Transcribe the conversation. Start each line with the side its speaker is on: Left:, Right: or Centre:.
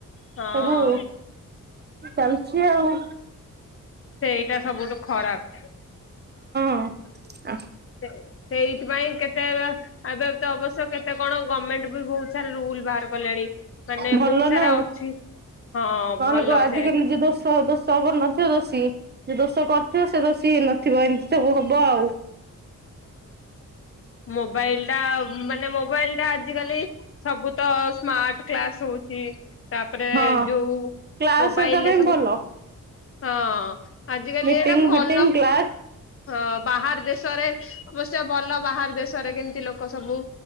Left: ହଁ।
Right: ସବୁ ଚାଲିଛି ଆଉ
Left: ସେଇଟା ସବୁଠୁ ଖରାପ।
Right: ହଁ ଆ
Left: ସେ ସେଇଥିପାଇଁ କେତେ ଅ ଏବେ ତ ଅବଶ୍ୟ କେତେ କଣ ଗମେଣ୍ଟ୍ ବି ବହୁତ ସାରା ରୁଲ୍ ବାହାର କଲାଣି ମାନେ
Right: ଭଲ
Left: ବହୁତ ସାରା
Right: ନା ଆଉ
Left: ଅଛି। ହଁ
Right: ନହେଲେ
Left: ଭଲ
Right: କ ଆଜିିକାଲି
Left: ସେ
Right: ଯିଏ ଦୋଷ ଦୋଷ କରିନଥିବ ଦୋଷୀ, ଯେ ଦୋଷ କରିଥିବ ସେ ଦୋଷୀ ହେଇ ନଥିବ ଏମିତି ସବୁ ହବ ଆଉ।
Left: ମୋବାଇଲଟା ମାନେ ମୋବାଇଲଟା ଆଜିକାଲି ସବୁ ତ ସ୍ମାର୍ଟ କ୍ଲାସ୍ ହଉଛି ତାପରେ
Right: ହଁ
Left: ଯୋଉ
Right: କ୍ଲାସ
Left: ମୋବାଇଲରେ
Right: ହେରିକା ପାଇଁ
Left: ସବୁ।
Right: ଭଲ
Left: ହଁଅଅ, ଆଜିକାଲି
Right: ମିଟିଂ
Left: ଏଇଟା ଭଲ
Right: ଫିଟିଂ କ୍ଲାସ
Left: ହଁ ବାହାର୍ ଦେଶରେ। ଅବଶ୍ୟ ଭଲ ବାହାର ଦେଶରେ କେମତି ଲୋକ ସବୁ